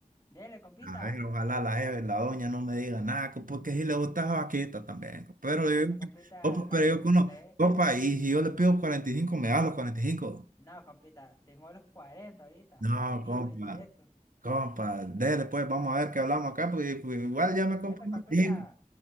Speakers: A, on the left; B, on the right.
A: Dele, compita.
B: A ver, ojalá la jefe, la doña no me diga nada, co- porque si le gusta vaquita también, co. pero
A: no
B: yo,
A: hombre,
B: digo
A: compita,
B: que- compa,
A: la
B: pero
A: de
B: yo
A: usted.
B: que uno, compa, y si yo le pido 45 me da los cuarenta y cinco
A: No, compita, tengo los 40 ahorita,
B: No,
A: en vivo
B: compa,
A: y en directo.
B: compa, dele pues, vamos a ver qué hablamos acá, porque pues, igual ya me compré
A: Dele,
B: una
A: compita.
B: pico.